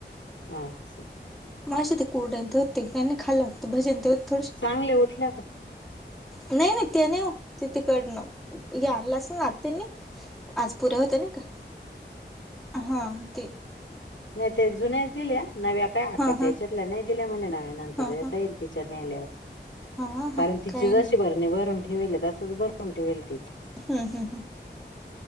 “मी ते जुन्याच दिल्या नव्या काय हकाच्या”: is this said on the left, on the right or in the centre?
Left